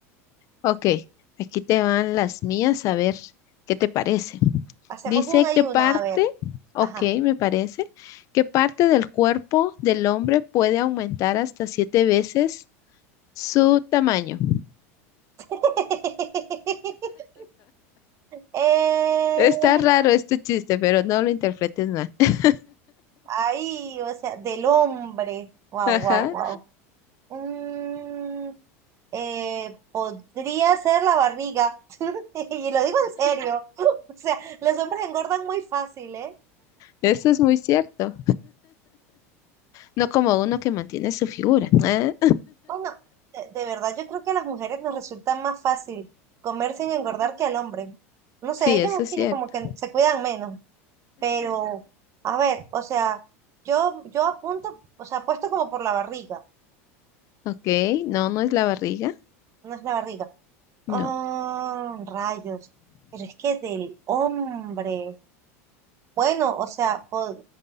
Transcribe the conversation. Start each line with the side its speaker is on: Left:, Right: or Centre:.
Left: Ok, aquí te van las mías a ver qué te parece.
Right: Hacemos
Left: Dice
Right: una y
Left: qué parte,
Right: una, a ver.
Left: ok,
Right: Ajá.
Left: me parece, qué parte del cuerpo del hombre puede aumentar hasta siete veces su tamaño.
Right: <laughs> Eh,
Left: Está raro este chiste, pero no lo interpretes mal. <laughs>
Right: ahí, o sea, del hombre. Wow,
Left: Ajá,
Right: wow, wow. eh, podría ser la barriga. <laughs> Y lo digo en serio. <laughs> O sea, los hombres engordan muy fácil, ¿eh?
Left: eso es muy cierto. No como uno que mantiene su figura. ¿eh?
Right: Bueno, de, de verdad yo creo que a las mujeres nos resulta más fácil comer sin engordar que al hombre. No
Left: Sí,
Right: sé, ellos
Left: eso
Right: es
Left: es cierto.
Right: que como que se cuidan menos. Pero, a ver, o sea, yo, yo apunto, o sea, apuesto como por la barriga.
Left: Ok, no, no es la barriga.
Right: No es la barriga. Oh,
Left: No,
Right: rayos. Pero es que del hombre. Bueno, o sea, pod-